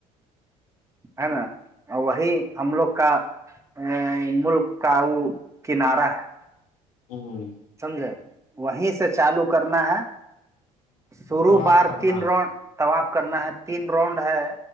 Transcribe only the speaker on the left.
ہاں
طواف
کرنا